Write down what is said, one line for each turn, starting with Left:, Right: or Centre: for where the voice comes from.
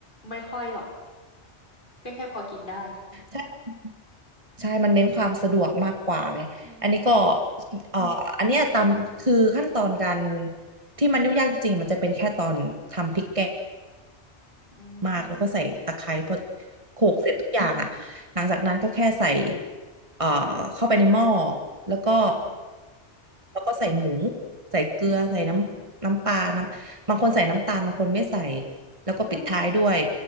Left: ไม่ค่อยหรอกก็แค่พอกินได้
Right: ใช่ ใช่มันเน้นความสะดวกมากกว่าไงอันนี้ก็
Left: อืม
Right: เอ่ออันเนี้ยตำคือขั้นตอนการที่มันยุ่งยากจริงๆมันจะเป็นแค่ตอนทำพริกแกง
Left: อื
Right: มากแล้วก็ใส่ตะไคร้พอ
Left: ม
Right: โขลกเสร็จทุกอย่างอ่ะ หลังจากนั้นก็แค่ใส่เอ่อเข้าไปในหม้อแล้วก็
Left: อืม
Right: แล้วก็ใส่หมูใส่เกลือใส่น้ำน้ำปลาน้ำบางคนใส่น้ำตาลบางคนไม่ใส่ แล้วก็ปิดท้ายด้วย
Left: อืม